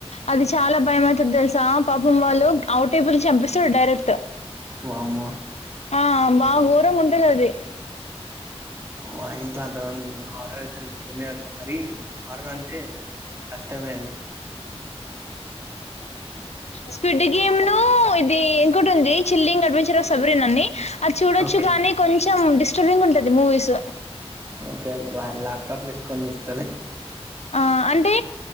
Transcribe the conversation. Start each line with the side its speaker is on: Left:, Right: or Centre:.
Left: అది చాలా భయంమవుతుది తెలుసా పాపం వాళ్ళు అవుటేబుల్ చంపిస్తారు డైరెక్ట్
Right: వమ
Left: ఆ బా ఊరం ఉంటంది అది
Right: వాయిట్లా త హయిలా మరి వరంటే కష్టమే అది
Left: స్పీడ్ గేమ్ ను ఇ ఇది ఇంకటి ఉంది చిల్లింగ్ అడ్వెంచర్ సబరన్ అని అది చూడొచ్చు
Right: ఓకే
Left: కాగానీ కొంచె కొంచెం డిస్టర్బింగ్ ఉంటుది మూవీస్
Right: ఓకే ల్యాప్టాప్లు వేసుకొని చూస్తలే
Left: ఆ అంటే